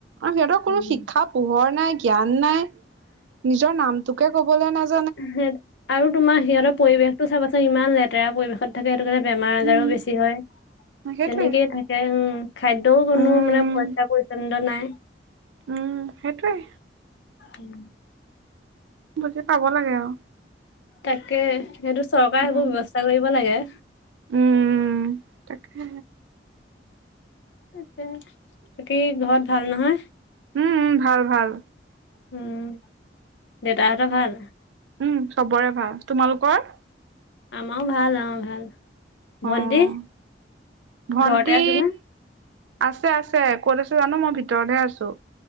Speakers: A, on the right (about 85°); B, on the left (about 75°).
A: সিহঁতৰ কোনো
B: উম,
A: শিক্ষা পোহৰ নাই। জ্ঞান নাই নিজৰ নামটোকে কবলৈ নাাজ <unintelligible>
B: সহ আৰু তোমাৰ সিহঁতৰ পৰিবেশ টো চাবাচোন ইমান লেতেৰা পৰিবেশত থাকে। সেইটো কাৰণে বেমাৰ আজাৰো
A: উম
B: বেছি হয়
A: সেইটোৱে
B: তেনেকেইে থাকে উম। খাদ্যও কোনো
A: উম
B: মানে পইচা পৰিচ্ছন্ন নাই।
A: উম সেইটোৱে।
B: উম।
A: বুজি পাব লাগে আৰু
B: তাকে সটো চৰকাৰে
A: উম
B: সেইবোৰ ব্য্ৱস্থা কৰিব লাগে।
A: উম তাকে
B: ত তাকি ঘৰত ভাল নহয়।
A: উম উ ভাল ভাল।
B: উম দেতাহটা ভাল।
A: উম চবৰে ভাল তোমালোকৰ।
B: আমাৰও ভাল আমাৰ ভাল। ভন্টি
A: অহ ভন্টি।
B: ঘৰতে আছে নে?
A: আছে আছে ক'ত আছে জানো মই ভিতৰতে আছো,